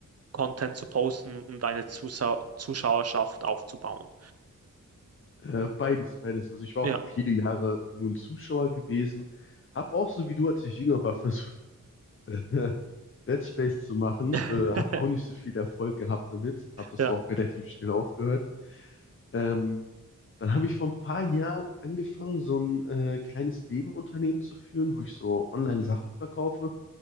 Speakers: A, on the right; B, on the left.
A: Content zu posten und deine Zusa Zuschauerschaft aufzubauen?
B: Äh, beides, beides. Also ich war
A: Ja.
B: auch viele Jahre nur ein Zuschauer gewesen, habe auch so wie du, als ich jünger war, versucht, <laughs> äh, Let's Plays zu machen.
A: <laughs>
B: Äh, hat auch nicht so viel Erfolg gehabt damit. Habe das
A: Ja,
B: auch relativ schnell aufgehört. Ähm, dann habe ich vor ein paar Jahren angefangen, so ein äh, kleines Nebenunternehmen zu führen, wo ich so Online-Sachen verkaufe